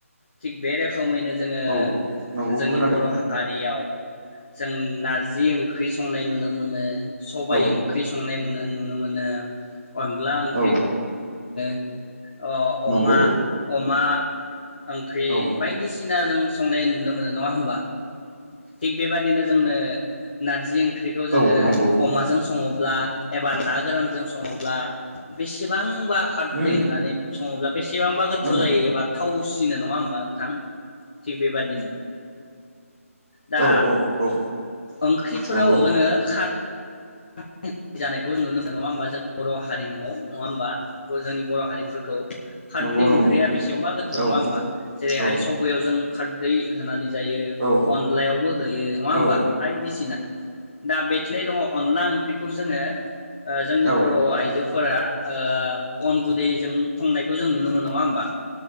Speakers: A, on the left; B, on the right.
A: थिग बे रोखोमैनो जोङो
B: औ नंगौ
A: जोंनि
B: खोनादों
A: बर हारियाव जों नारजि ओंख्रि संनाय नुनो मोनो सबाइ
B: औ
A: ओंख्रि संनाय नो नुनो मोनो अनला ओं
B: औ
A: <inaudible> अ अमा
B: नंगौ
A: अमा ओंख्रि
B: औ
A: बायदिसिना जोङो संनाय नुनो मोनो नङा होमबा। थिग बेबादिनो जोंनो नारजि ओं ख्रिखौ जोङो
B: औ नंगौ
A: अमाजों सङो बा एबा ना गोरानजों सङोब्ला बेसेबां बा खारदै
B: उम
A: होननानै सङोब्ला बेसेबांबा गोथाव
B: उम
A: जायो एबा थावो फिसिनो नङा होमबा नोंथां थिग बेबादिनो दा
B: औ औ औ
A: ओंख्रिफोराव
B: नंगौ
A: जोङो खा <unintelligible> जानायखौ नुनो मोनो नङा होमबा जों बर हारिमुवाव नङा होमबा जोंनि बर हारिफोरखौ खारदि
B: नंगौ नंगौ
A: ओंख्रिया बेसेबबा गोथाव
B: औ
A: नङा होमबा जेरैहाय
B: औ
A: सबयाव जों खारदै होनानै जायो
B: औ
A: अनलायावबो होयो नङा होमबा
B: औ
A: बायदिसिना दा <unintelligible> दङ अनला ओंख्रिखौ जोङो ओ जोंनि
B: औ
A: बर' आइजोफोरा ओ अन गुनदैजों संनायखौ जों नुनो मोनो नङा होमबा